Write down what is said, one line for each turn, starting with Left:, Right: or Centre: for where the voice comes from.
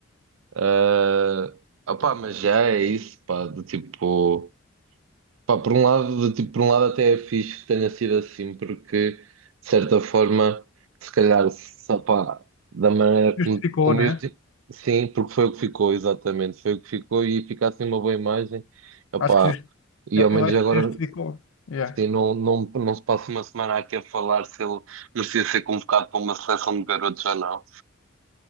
Right: ah opa, mas já é isso, pá, do tipo. Pá, por um lado, de- tipo, por um lado até é fixe que tenha sido assim, porque de certa forma, se calhar, só, pá, da maneira
Left: Justificou,
Right: como, como
Left: né?
Right: eu tipo, sim, porque foi o que ficou, exatamente, foi o que ficou e fica assim uma boa imagem, opá,
Left: Acho que just-
Right: e
Left: eu,
Right: ao menos
Left: eu acho
Right: agora,
Left: que justificou. Yeah.
Right: sim, não, não, não se passa uma semana aqui a falar se ele merecia ser convocado para uma seleção de garotos ou não.